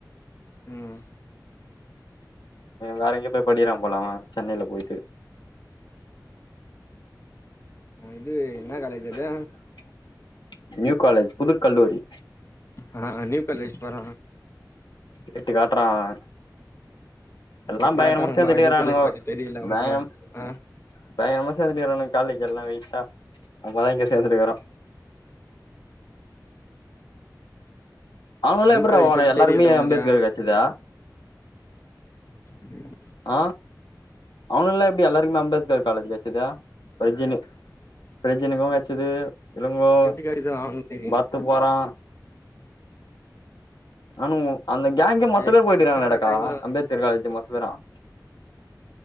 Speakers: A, on the left; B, on the left.
A: ம்
B: வேற எங்கயே போய் படிக்றா போல அவ சென்னையில போய்ட்டு
A: இது என்னா
B: <inaudible>
A: காலேஜ் அது
B: நியூ காலேஜ் புதுக்கல்லூரி
A: ஆனா நியூ காலேஜ் போற
B: கிரேட்டு காட்றா அவ எல்லா
A: எட்டு
B: பயங்கரம
A: காட்டானும்பா
B: சேந்துட்டு இருக்கிறாணுவோ
A: நியூ காலேஜ் பத்தி தெரியல அவனுக்கு
B: பயங்கரம்
A: ஆ
B: பயங்கரம்மா சேந்துட்டுக்கிறானுங்க காலேஜ் எல்லா வெயிட்டா நம்ம தாஇங்க சேந்துட்டுக்கிறோ அவுனுஎல்லா
A: நியூ
B: எப்பர்ற
A: காலேஜ் பத்தி
B: எல்லாருமே
A: தெரியல அவனுக்கு
B: அம்பேத்கர் கட்சிதா
A: என்ன
B: அ அவனுங்கெல்லா எப்டி எல்லாருக்குமே அம்பேத்கர் காலேஜ் கெடச்சுது பைஜினு பைஜினுக்கு கெடச்சது இளங்கோ
A: எப்டி காட்டுதோ அவனுக்கு தெரியு
B: பர்த்து போறா அவ்னுங்கோ அந்த கேங்கே மொத்த
A: எ
B: பேர் போயிட்டுக்காங்கடாக்கா
A: எச்சருண்டா டைமா வச்சு
B: அம்பேத்கர் காலேஜ் மத் த பேரும்